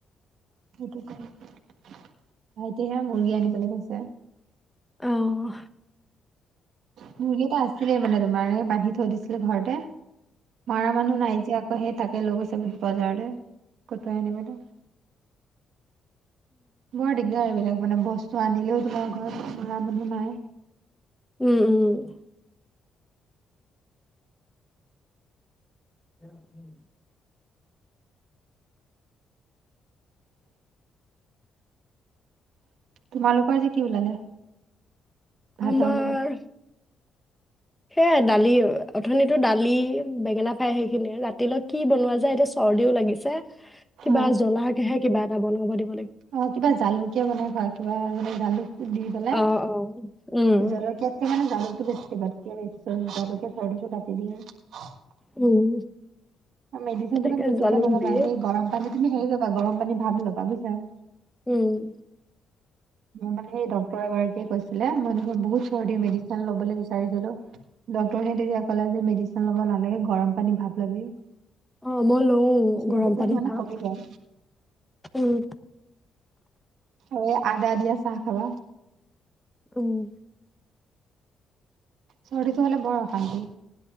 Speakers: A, on the right (about 75°); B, in the centre.
A: সেইটো ক ভাইটিহে মুৰ্গী আনিবলৈ কৈছে
B: আহ
A: মুৰ্গী এটা আছিলে মানে তোমাৰ বান্ধি থৈ দিছিলে ঘৰতে মাৰা মানুহ নাই যে আকৌ! হে তাকে। এই লৈ গৈছে বুলে বজাৰলে। কটোৱাই আনিবলৈ--বৰ দিগদাৰ এইবিলাক। মানে বস্তু আনিলেও তোমাৰ ঘৰত খোৱা মানুহ নাই।
B: উম' উম'। উম উম <unintelligible> <inaudible>
A: তোমালোকৰ আজি কি ওলালে? ভাতৰ
B: আমাৰ
A: লগত
B: সেয়াই! দালি অথনিতো দালি বেঙেনা ফ্ৰাই সেইখিনিয়ে। ৰাতিলৈ কি বনোৱা যায় এতিয়া? চৰ্দিও লাগিছে, কিবা
A: অ
B: জ্বলাকেহে কিবা। <unintelligible> <inaudible>
A: অ' কিবা জালুকীয়া বনাই খোৱা। খোৱাৰ আগতে জালুক। দি পেলাই,
B: অ অ উম
A: জলকীয়াতকে মানে জালুক। বেষ্টি বকে বেছ <unintelligible> <inaudible> উম', জালুকে চৰ্দিটো কাটি দিয়ে। <unintelligible>
B: উম'
A: মেডিচিনটো
B: তেনেকে
A: ইমান পুতুককে
B: জালুক
A: নলাবা
B: দিয়ে
A: সেই গৰম পানীত। তুমি হেৰি কৰিবা, গৰম পানী ভাপ ল'বা বুজিছা।
B: উম'
A: মোৰ মানে সেই ডাক্তৰ এগৰাকীয়ে কৈছিলে মোৰ দেখোন বহুত চৰ্দি মেডিচিন লবলৈ বিচাৰিছিলোঁ ডাক্তৰেহে তেতিয়া ক'লে- যে মেডিচিন লব নালাগে গৰম পানী ভাৱ লবি।
B: অ' মই লওঁ গৰম
A: মেডিচিন
B: পানী
A: মানে
B: ভাপ।
A: কমি যায়
B: উম'
A: অ আদা দিয়া চাহ খাবা।
B: উম'
A: চৰ্দিটো হলে বৰ অশান্তি।